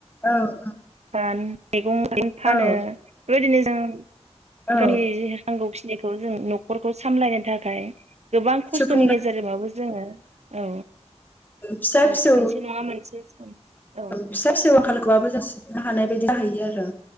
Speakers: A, on the left; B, on the right.
A: औ औ
B: दान मैगं थायगं फानो
A: औ
B: बेबायदिनो जों ओं
A: औ
B: गावनि नांगौ खिनिखौ जों न'खर खौ सामलायनो थाखाय गोबां खस्थ'नि
A: सुफुंनांगौ
B: गेजेरजोंबाबो जोङो औ
A: फिसा
B: औ
A: फिसौ
B: मोनसे नङा मोनसे सम औ
A: फिसा फिसौ आंखालखौबाबो जों हानाय बायदि जाहोयो आरो